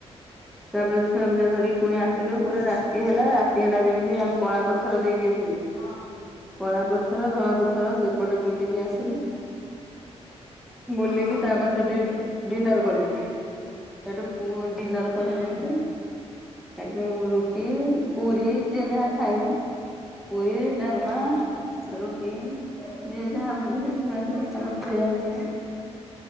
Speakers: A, in the centre; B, on the left.
A: ତାପରେ ଛୁଆ ପିଲା ଧରି ପୁଣି ଆସିଲୁ ପୁରା
B: ହୁଁ
A: ରାତି ହେଲା ରାତି ହେଲା ଯେମିତି ଆମେ କଳା ପଥର ଦେଇକି ଆସିଲୁ।
B: ହଁ
A: କଳା ପଥର ଧଳା ପଥର ସେପଟେ ବୁଲିକି ଆସିଲୁ। ବୁଲିଗୀ
B: ହଁ
A: ତାପରେ ସେଥି ଡିନର କଲୁ। ସେଠୁ ଡିନର
B: ହୁଁ
A: କଲୁ ଯେମିତି ହେଠୁ ରୁଟି ପୁରି ଯିଏ ଯାହା ଖାଇବ। ପୁରି ଡାଲମା
B: ହଁ
A: ରୁ ଯିଏ ଯାହା ବୁଝିଲେ ଛୁଆ ଥିଲେ ସମସ୍ତେ ଖାଇଲେ।